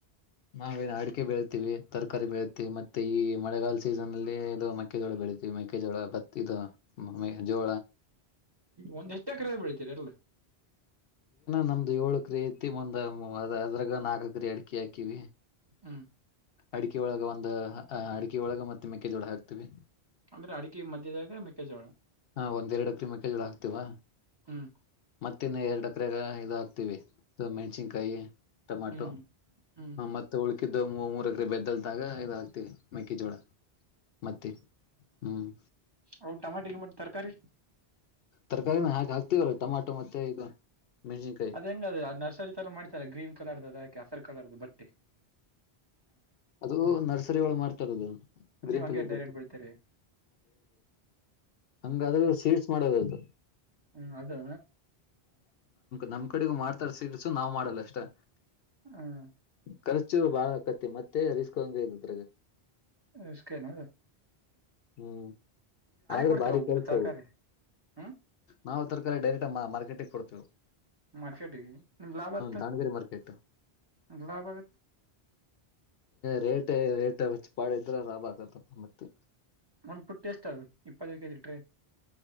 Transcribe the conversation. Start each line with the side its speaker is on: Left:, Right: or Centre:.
Left: ನಾವೇನು ಅಡಿಕೆ ಬೆಳಿತೀವಿ ತರಕಾರಿ ಬೆಳೆತೀವಿ ಮತ್ತೆ ಈ ಮಳೆಗಾಲಸೀಸನ್ ಇದು ಮೆಕ್ಕೆಜೋಳ ಬೆಳಿತೀವಿ ಮೆಕ್ಕೆಜೋಳ ಬತ್ತ ಇದು ಜೋ
Right: ಒಂದ್ ಎಷ್ಟು ಎಕರೆ ಬೆಳಿತೀರಿಲ್ಲ
Left: ನಮ್ದು ಏಳು ಎಕರೆ ಇದೆ ಅದರಲ್ಲಿ ನಾಲ್ಕು ಎಕರೆ ಅಡಿಕೆ ಹಾಕಿದೀವಿ
Right: ಹ್ಮ
Left: ಅಡಿಕೆ ಒಳಗ ಒಂದು ಅಡಿಕೆ ಒಳಗ ಮತ್ತೆ ಮೆಕ್ಕೆಜೋಳ ಹಾಕ್ತಿೀವಿ
Right: ಅಂದ್ರೆ ಅಡಿಕೆ ಮಧ್ಯದಾಗ ಮೆಕ್ಕೆಜೋಳ
Left: ಹ ಎರಡ್ ಎಕರೆ ಮೆಕ್ಕೆಜೋಳ ಹಾಕ್ತೀವಿ
Right: ಹ್ಮ್
Left: ಮತ್ತಿನ್ನ ಎರಡ್ ಎಕರೆ ಮೆಣಸಿನಕಾಯಿ ಹಾಕ್ತಿವಿ ಕೈಗೆ ಟಮೋಟೊ
Right: ಹ್ಮ್ ಹ್ಮ್
Left: ಮತ್ತೆ ಉಳ್ಳಾಗಡ್ಡಿ ಮಿಕ್ಕಿದ್ದು ಮೂರ್ ಎಕ್ರೆ ಬೆಜ್ಜಲ್ನಾಗ ಮೆಕ್ಕೆಜೋಳ ಹಾಕ್ತಿವಿ ಮತ್ತೆ ಹ್ಮ್.
Right: ಟಮೋಟ ಮತ್ತು ತರಕಾರಿ.
Left: ತರಕಾರಿನ ಹಾಕೆ ಹಾಕ್ತೀವಲ್ಲ ಟೊಮಾಟೊ ಮತ್ತೆ ಇದು. ಮೆಣಸಿನ್ಕಾಯಿ
Right: ಹೆಂಗೆ ಅದು ನರ್ಸರಿ ತರ ಮಾಡ್ತೀರಾ. ಕೇಸರಿ ಕಲರ್ ದು ಬಟ್ಟೆ.
Left: ಅದು ನರ್ಸರಿ ಒಳಗಡೆ ಮಾರ್ತಾರೆ ಗ್ರೀನ್
Right: ನೀವ್ ಹಂಗೆ
Left: ಕಲರ್
Right: ಡೈರೆಕ್ಟ್ ಬೆಳಿತೀರಿ
Left: ಮ್ಯಾಟ್ ಸೀಡ್ಸ್ ಮಾಡದ್ ಅದು.
Right: ಹೋ ಅದಾ.
Left: ನಮ್ ಕಡೆನು ಮಾಡ್ತಾರೆ ಸೀಡ್ಸ್ ಆದ್ರೆ ನಾವು ಮಾರಲ್ಲ ಅಷ್ಟೇ.
Right: ಹ್ಮ್.
Left: ಖರ್ಚು ತುಂಬಾ ಆಗುತ್ತೆ. ತುಂಬಾ ರಿಸ್ಕ್ ಇದೆ.
Right: ಎಷ್ಟಕನಾದು <inaudible>
Left: ಹ್ಮ್. ಆದ್ರೆ
Right: ಕೊಡ್ತೀರ
Left: ಬಾರಿ
Right: ಅವು
Left: ಕೆಲ್ಸವು
Right: ತರಕಾರಿ ಹ್ಮ್
Left: ನಾವ್ ತರಕಾರಿ ಡೈರೆ. ಪೇಟೆ ಕೊಡ್ತೀವಿ.
Right: ಮಾರ್ಕೆಟಿಗೆ ನಿಮ್ ಲಾಭ ಆತ್ತ
Left: ದಾವಣಗೆರೆ ಮಾರ್ಕೆಟ್
Right: ನಿ್ದ ಲಾಭ ಆಗತ್.
Left: ರೇಟ್ ರೇಟ್ ಮಚ್ಚ ಪಾಿದ್ರೆ ಲರಾಭ ಆಕತ್ತಪ್ಪ ಮತ್ತೆ.
Right: ಒಂದ್ ಪುಟ್ಟಿ ಎಷ್ಟ ಅದು ಇಪ್ಪತ್ತೈದು ಕೆಜಿ ಇಟ್ರಿ.